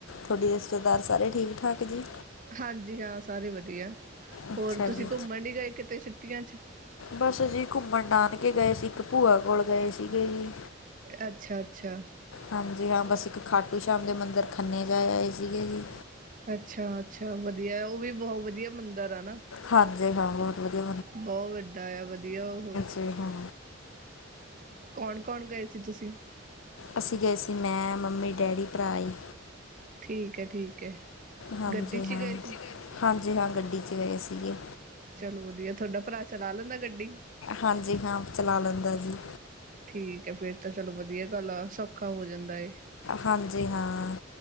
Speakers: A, on the left; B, on the right.
A: ਤੁਹਾਡੀ ਰਿਸ਼ਤੇਦਾਰ ਸਾਰੇ ਠੀਕ-ਠਾਕ ਜੀ।
B: ਹਾਂਜੀ ਹਾਂ, ਸਾਰੇ ਵਧੀਆ,
A: ਅੱਛਾ
B: ਹੋਰ ਤੁਸੀਂ
A: ਜੀ
B: ਘੁੰਮਣ ਨੀ ਗਏ ਕਿਤੇ ਛੁੱਟੀਆਂ 'ਚ'।
A: ਬੱਸ ਅਸੀ, ਘੁੰਮਣ ਨਾਨਕੇ ਗਏ ਸੀ। ਇੱਕ ਭੂਆ ਕੋਲ ਗਏ ਸੀਗੇ ਜੀ।
B: ਐ ਅੱਛਾ-ਅੱਛਾ।
A: ਹਾਂਜੀ ਹਾਂ, ਬੱਸ ਇੱਕ ਖਾਟੂ ਸ਼ਾਮ ਦੇ ਮੰਦਿਰ ਖੰਨੇ ਜਾ ਆਏ ਸੀਗੇ ਜੀ।
B: ਅੱਛਾ-ਅੱਛਾ ਵਧੀਆ, ਉਹ ਵੀ ਬਹੁਤ ਵਧੀਆ ਮੰਦਿਰ ਆ ਨਾ,
A: ਹਾਂਜੀ ਹਾਂ ਬਹੁਤ ਵਧੀਆ
B: ਬਹੁਤ ਵੱਡਾ ਆ ਵਧੀਆ ਉਹੋ।
A: ਤੇ ਹੁਣ।
B: ਕੌਣ-ਕੌਣ ਗਏ ਸੀ ਤੁਸੀਂ?
A: ਅਸੀ ਗਏ ਸੀ। ਮੈਂ, ਮੰਮੀ, ਡੈਡੀ, ਭਰਾ ਹੀ।
B: ਠੀਕ ਹੈ-ਠੀਕ ਹੈ।
A: ਹਾਂਜੀ
B: ਗੱਡੀ 'ਚ
A: ਹਾਂ,
B: ਹੀ ਗਏ ਸੀ
A: ਹਾਂਜੀ ਹਾਂ। ਗੱਡੀ ਚ ਗਏ ਸੀਗੇ।
B: ਚਲੋ ਵਧੀਆ, ਤੁਹਾਡਾ ਭਰਾ ਚਲਾ ਲੈਂਦਾ ਗੱਡੀ।
A: ਹਾਂਜੀ ਹਾਂ ਚਲਾ ਲੈਂਦਾ ਜੀ।
B: ਠੀਕ ਹੈ, ਫੇਰ ਤਾਂ ਚਲੋ ਵਧੀਆ ਗੱਲ ਆ ਸੌਖਾ ਹੋ ਜਾਂਦਾ ਏ।
A: ਹਾਂਜੀ ਹਾਂ।